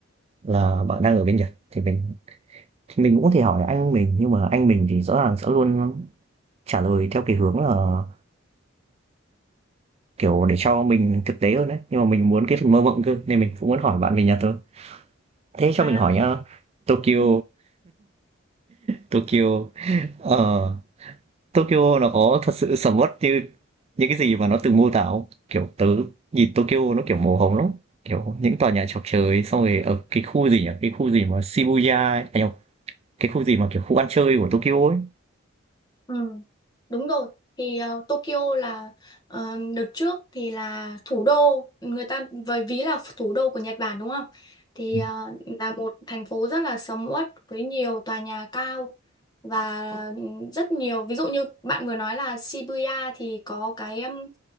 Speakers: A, on the right; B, on the left.
A: là bạn đang ở bên Nhật. Thì mình thì mình cũng có thể hỏi anh mình, nhưng mà anh mình thì rõ ràng sẽ luôn trả lời theo cái hướng là, kiểu, để cho mình thực tế hơn đấy nhưng mà mình muốn cái phần mơ mộng cơ, nên mình cũng muốn hỏi bạn về Nhật thôi. Thế cho
B: À.
A: mình hỏi nhá, Tokyo
B: ừ.
A: Tokyo, ờ Tokyo nó có thật sự sầm uất như những cái gì mà nó từng mô tả không? Kiểu tớ nhìn Tokyo nó kiểu màu hồng lắm. Kiểu những tòa nhà chọc trời xong rồi ở cái khu gì nhỉ? Cái khu gì mà Shibuya ấy. À, nhầm, cái khu gì mà kiểu khu ăn chơi của Tokyo ấy.
B: Ừ, đúng rồi. Thì ờ, Tokyo là ờ, đợt trước thì là thủ đô người ta với ví là thủ đô của Nhật Bản đúng không? Thì
A: Ừ.
B: ờ, là một thành phố rất là sầm uất với nhiều tòa nhà cao và rất nhiều ví dụ như bạn vừa nói là Shibuya thì có cái um,